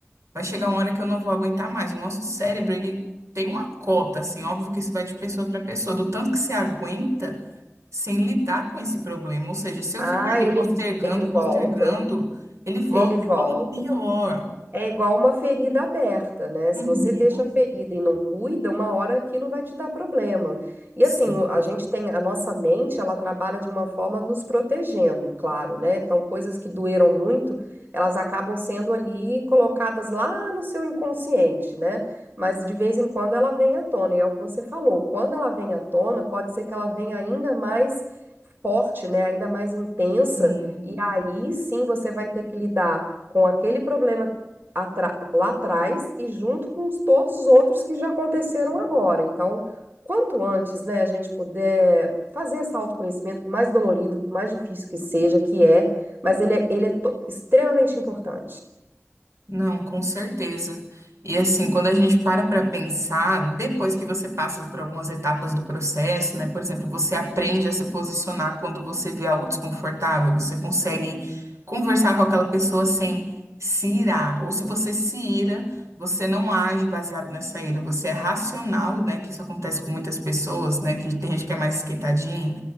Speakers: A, on the right; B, on the right.
A: Vai chegar uma hora que eu não vou aguentar mais. O nosso cérebro, ele tem uma cota, assim, óbvio que isso vai de pessoa para pessoa, do tanto que você aguenta sem lidar com esse problema. Ou seja, se eu
B: Ah,
A: ficar ali
B: ele,
A: postergando,
B: ele volta.
A: postergando, ele volta
B: Ele volta.
A: e volta pior.
B: É igual uma ferida aberta, né? Se
A: Uhum.
B: você deixa a ferida e não cuida, uma hora aquilo vai te dar problema. E
A: Sim.
B: assim, o- a gente tem, a nossa mente, ela trabalha de uma forma nos protegendo, claro, né? Então, coisas que doeram muito, elas acabam sendo ali colocadas lá no seu inconsciente, né? Mas de vez em quando ela vem à tona, e é o que você falou. Quando ela vem à tona, pode ser que ela venha ainda mais forte, né? Ainda mais intensa,
A: Sim.
B: e aí sim você vai ter que lidar com aquele problema atra- lá atrás e junto com os- todos os outros que já aconteceram agora. Então, quanto antes, né, a gente puder fazer esse autoconhecimento, por mais dolorido, por mais difícil que seja, que é, mas ele é, ele é to- extremamente importante.
A: Não, com certeza. E assim, quando a gente para para pensar, depois que você passa por algumas etapas do processo, né? Por exemplo, você aprende a se posicionar quando você vê algo desconfortável, você consegue conversar com aquela pessoa sem se irar. Ou se você se ira, você não age baseado nessa ira, você é racional, né? Que isso acontece com muitas pessoas, né? Que tem gente que é mais esquentadinha